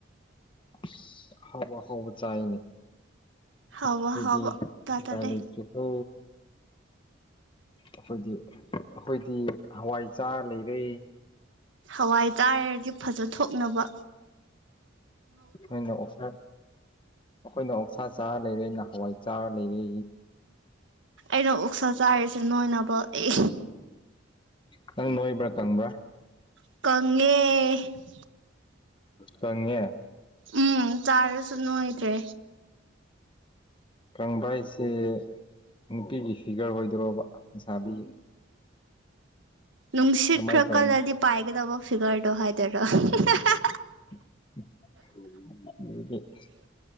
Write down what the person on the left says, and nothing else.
ꯑꯁ ꯑꯍꯥꯎꯕ ꯑꯍꯥꯎꯕ ꯆꯥꯏꯅꯦ
ꯑꯈꯣꯏꯗꯤ
ꯎꯄꯥꯏ ꯂꯩꯇ꯭ꯔꯦꯗꯣ ꯑꯈꯣꯏꯗꯤ ꯑꯈꯣꯏꯗꯤ ꯍꯋꯥꯏ ꯆꯥꯔ ꯂꯩꯔꯦ
ꯅꯣꯏꯅ ꯑꯣꯛꯁꯥ ꯑꯈꯣꯏꯅ ꯑꯣꯛꯁꯥ ꯆꯥꯔ ꯂꯩꯔꯦ ꯅꯥ ꯍꯋꯥꯏ ꯆꯥꯔ ꯂꯩꯔꯦ
ꯈꯪ ꯅꯣꯏꯕ꯭ꯔꯥ ꯀꯪꯕ꯭ꯔꯥ
ꯀꯪꯉꯦ
ꯀꯪꯕ ꯍꯥꯏꯁꯦ ꯅꯨꯄꯤꯒꯤ ꯐꯤꯒꯔ ꯑꯣꯏꯗꯣꯔꯣꯕ ꯂꯩꯁꯥꯕꯤꯒꯤ
ꯑꯗꯨꯃꯥꯏꯅ
ꯀꯪꯕꯒꯤ
<inaudible>